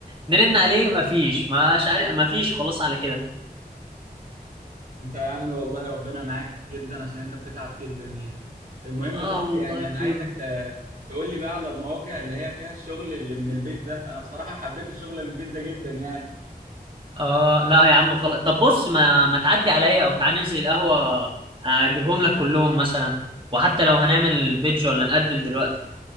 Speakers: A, on the right; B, on the right.
A: نرن عليه ما فيش مش عارف ما فيش خلاص على كده
B: انت يا عم والله ربنا معاك جدا عشان انت بتتعب جدا يعني المهم
A: اه
B: بس
A: والله
B: يعني
A: يا كيم
B: انا عايزك ت... تقول لي بقى على المواقع اللي هي فيها الشغل اللي من البيت ده انا بصراحة حبيت الشغل من البيت ده جدا يعني
A: اه لا يا عم خلاص طب بص ما ما تعدي عليا او تعال ننزل القهوه اجيبهم لك كلهم مثلا وحتى لو هنعمل بيدج ولا نقدم دلوقتي